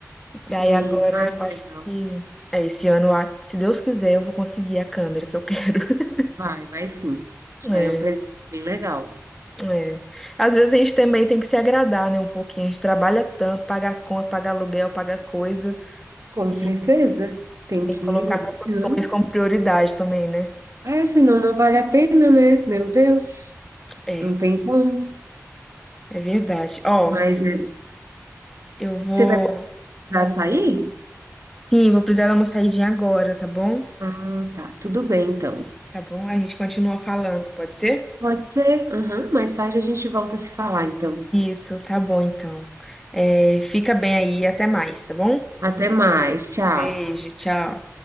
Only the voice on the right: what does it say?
Sim.
Ai,
que
legal.
Vai, vai sim. Já
é um presente bem legal.
Com
certeza. Tem
que
ir, né?
Senão,
é, senão não vale a pena, né? Meu Deus,
não tem como.
Mas é,
você vai precisar sair?
Ah, tá. Tudo bem, então.
Pode ser. Aham, mais tarde a gente volta a se falar, então.
Até mais. Tchau.